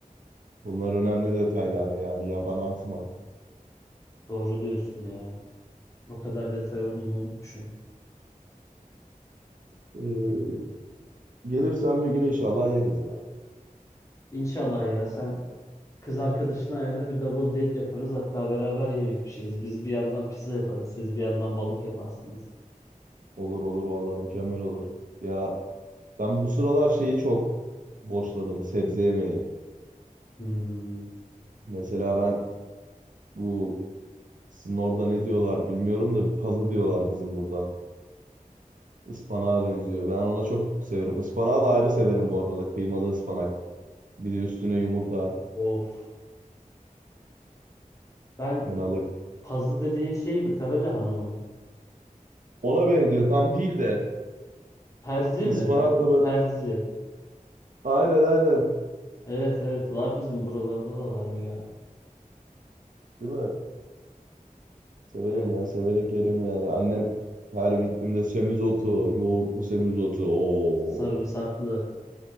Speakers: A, on the right; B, on the left.
A: Bunlar önemli detaylar yani yabana atma.
B: Doğru diyorsun ya. O kadar detay olduğunu unutmuşum.
A: Ee, gelirsen bir gün inşallah yeriz ya.
B: İnşallah ya sen kız arkadaşını ayarla bir double date yaparız. Hatta beraber yemek pişiririz. Biz bir yandan pizza yaparız. Siz bir yandan balık yaparsınız.
A: Olur olur vallahi mükemmel olur. Ya ben bu sıralar şeyi çok boşladım sebze yemeği.
B: Hmm,
A: Mesela ben bu sizin orada ne diyorlar bilmiyorum da pazı diyorlar bizim burada. Ispanağa benziyor. Ben ona çok severim. Ispanağı da ayrı severim bu arada. Kıymalı ıspanak. Bir de üstüne yumurta.
B: of. Ben
A: Fenalık.
B: pazı dediğin şey mi? Kara lahana mı?
A: Ona benziyor tam değil de
B: Perzi
A: ıspanakla
B: mi? Pe-
A: böyle
B: perzi.
A: aynen aynen
B: Evet evet var bizim buralarda da var o ya.
A: değil mi? Severim
B: Evet.
A: ya severek yerim yani. Annem her gittiğimde semizotu, yoğurtlu semizotu. Oo,
B: Sarımsaklı.